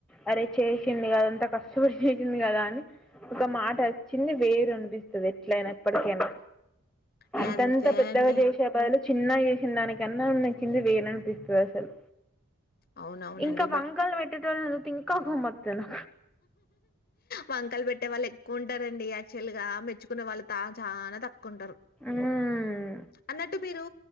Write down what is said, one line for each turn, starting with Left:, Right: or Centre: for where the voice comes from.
Centre: అరే చేసింది కదంతా కష్టపడి చేసింది కదా అని ఒక మాట వచ్చింది వేరు అనిపిస్తుంది ఎట్లయినా ఎప్పటికైనా
Left: ఇగ
Centre: అంతంత
Left: అంతే
Centre: పెద్దగా
Left: అండి.
Centre: చేస్ చిన్నగా చేసిన దానికన్నా ఉ నచ్చింది వేన అనిపిస్తది అసలు
Left: అవునవునండి.
Centre: ఇంకా బంగాల్
Left: బట్
Centre: పట్టేటోళ్లు తింక హు మధ్యలో
Left: వంకలు పెట్టే వాళ్ళు ఎక్కువ ఉంటారండి యాక్చువల్ గా మెచ్చుకునే వాళ్ళు తా చానా తక్కుంటారు
Centre: మ్మ్
Left: అన్నట్టు మీరు